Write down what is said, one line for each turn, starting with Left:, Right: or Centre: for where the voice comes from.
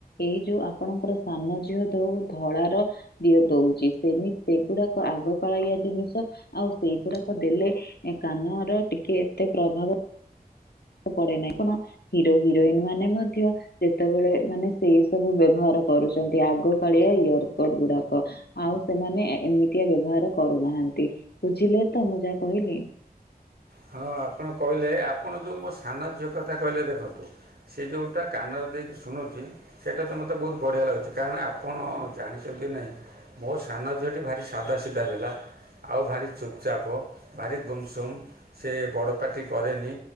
Left: ଏଇ ଯୋଉ ଆପଣଙ୍କର ସାନ ଝିଅ ଦୋଉ ଧଳାର ଦିଅ ଦୋଉଚି ସେମି ସେଗୁଡ଼ାକ ଆଗକାଳାୟ ଜିନିଷ ଆଉ ସେଇଗୁଡାକ ଦେଲେ ଏ କାନର ଟିକେ ଏତେ ପ୍ରଭାବ ପଡେ ନାହିଁ କଣ ହିରୋ ହିରୋଇନ ମାନେ ମଧ୍ୟ କେତେବେଳେ ମାନେ ସେଇ ସବୁ ବ୍ୟବହାର କରୁଚନ୍ତି ଆଗକାଳିଆ ଇୟରକଡ ଗୁଡାକ। ଆଉ ସେମାନେ ଏମିତିଆ ବ୍ୟବହାର କରୁନାହାନ୍ତି ବୁଝିଲେ ତ ମୁଁ ଯାହା କହିଲି।
Right: ହଁ ଆପଣ କହିଲେ ଆପଣ ଯୋଉ ମୋ ସାନ ଝିଅ କଥା କହିଲେ ଦେଖନ୍ତୁ ସିଏ ଯୋଉଟା କାନରେ ଦେଇକି ଶୁଣୁଚି ସେଇଟା ତ ମତେ ବୋହୁତ ବଢ଼ିଆ ଲାଗୁଚି କାରଣ ଆ ଆପଣ ଜାଣିଚନ୍ତି ନାହିଁ ମୋ ସାନ ଝିଅଟି ଭାରି ସାଧାସିଧା ପିଲା ଆଉ ଭାରି ଚୁପଚାପ ଭାରି ଗୁମସୁମ୍ ସେ ବଡ଼ ପାଟି କରେନି।